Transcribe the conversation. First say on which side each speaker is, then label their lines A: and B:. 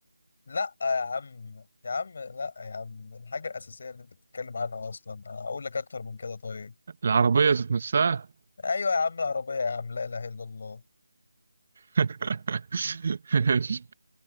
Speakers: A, on the left; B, on the right.
A: لا يا عم يا عم لا يا عم الحاجة الأساسية اللي أنت بتتكلم عنها أصلا أقول لك أكتر من كده طيب
B: العربية ذات نفسها
A: أيوة يا عم العربية يا عم لا إله إلا الله
B: <laughs> ماشي